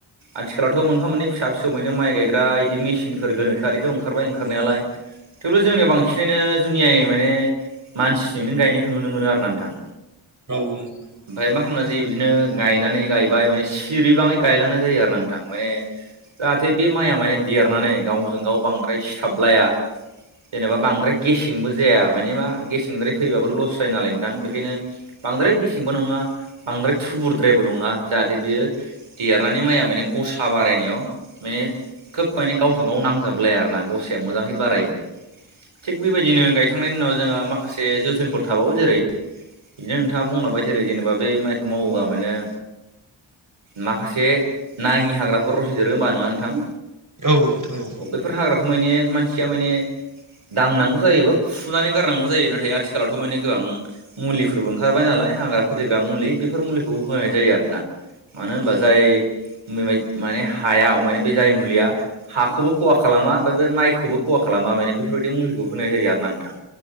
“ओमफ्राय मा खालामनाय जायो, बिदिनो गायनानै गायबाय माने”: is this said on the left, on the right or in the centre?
Right